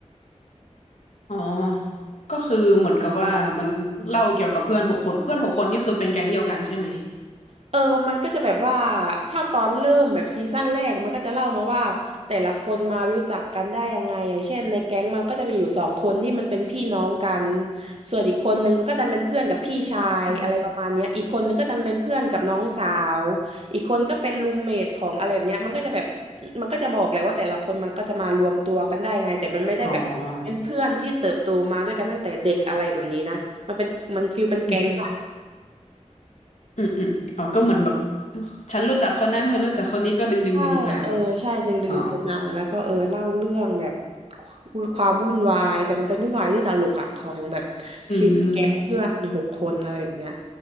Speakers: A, on the left; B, on the right.
A: อ๋อ ก็คือเหมือนกับว่ามันเล่าเกี่ยวกับเพื่อนหกคน เพื่อนหกคนนี่คือเป็นแก๊งเดียวกันใช่ไหม
B: เออมันก็จะแบบว่าถ้าตอนเริ่มแบบซีซั่นแรกมันก็จะเล่ามาว่าแต่ละคนมารู้จักกันได้ยังไง อย่างเช่นในแก๊งมันก็จะมีอยู่สองคนที่มันเป็นพี่น้องกัน ส่วนอีกคนนึงมันก็ดันเป็นเพื่อนกับพี่ชายอะไรประมาณเนี้ยอีกคนนึงก็ดันเป็นเพื่อนกับน้องสาว
A: อือฮึ
B: อีกคนก็เป็นรูมเมทของอะไรแบบเนี้ยมันก็จะแบบมันก็จะบอกเลยว่าแต่ละคนมันก็จะมารวมตัวกันได้ไงแต่มันไม่ได้แบบเป็นเพื่อนที่เติบโตมาด้วยกันตั้งแต่เด็กอะไรแบบนี้นะมันเป็นมันฟีลเป็นแก๊งอะ
A: อ๋ออือฮึอืมอืมอ๋อก็เหมือนแบบฉันรู้จักคนนั้นเธอรู้จักคนนี้ก็ดึงดึงดึงมาแบบ
B: ใช่เออใช่ดึงดึงกันมาแล้วก็เออเล่าเรื่องแบบ
A: อ๋อ
B: ความวุ่นวายแต่มันเป็นวุ่นวายที่ตลกอะของแบบ
A: อืม
B: ชีวิตแก๊งเพื่อนหกคนอะไรแบบเนี้ย